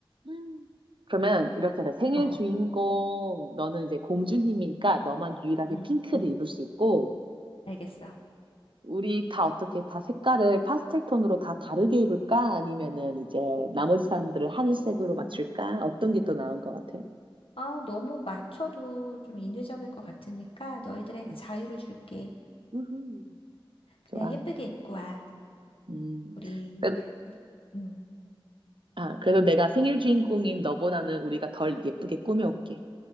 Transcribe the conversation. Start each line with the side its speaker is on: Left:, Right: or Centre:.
Right: 음. 그러면 이렇게 하자. 생일
Left: 어,
Right: 주인공 너는 이제 공주님이니까 너만 유일하게
Left: 음,
Right: 핑크를
Left: 음,
Right: 입을 수 있고
Left: 알겠어.
Right: 우리 다 어떻게 다 색깔을 파스텔 톤으로 다 다르게 입을까? 아니면은 이제 나머지 사람들을 하늘색으로
Left: 어,
Right: 맞출까? 어떤 게 더 나은 것 같아?
Left: 아, 너무 맞춰도 좀 인위적일 것 같으니까 너희들에게
Right: 음.
Left: 자유를 줄게.
Right: 우후. 좋아.
Left: 그냥 예쁘게 입고 와.
Right: 음.
Left: 우리,
Right: 그래-
Left: 음,
Right: 아, 그래도 내가 생일 주인공인 너보다는 우리가 덜 예쁘게 꾸며올게.